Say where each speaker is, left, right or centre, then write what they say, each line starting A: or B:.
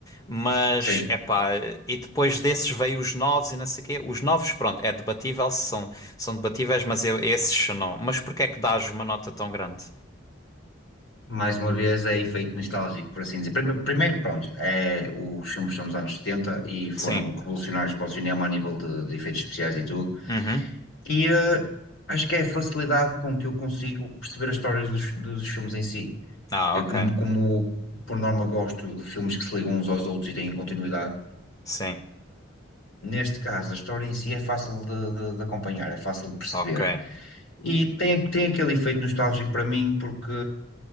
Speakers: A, on the left; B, on the left.
A: Mas,
B: sim.
A: epá, e depois desses veio os novos e não sei o quê. Os novos, pronto, é debatível, são, são debatíveis, mas eu, esses não. Mas porquê é que dás uma nota tão grande?
B: Mais uma vez é efeito nostálgico, por assim dizer. Prime- Primeiro, pronto, é, os filmes são dos anos 70 e foram
A: Sim.
B: revolucionários para o cinema a nível de, de efeitos especiais e tudo.
A: Uhum.
B: E eh, acho que é a facilidade com que eu consigo perceber as histórias dos, dos filmes em si.
A: Ah,
B: Eu,
A: ok.
B: como, como por norma, gosto de filmes que se ligam uns aos outros e têm continuidade.
A: Sim.
B: Neste caso, a história em si é fácil de, de- de acompanhar, é fácil de perceber.
A: Ok.
B: E tem, tem aquele efeito nostálgico para mim, porque,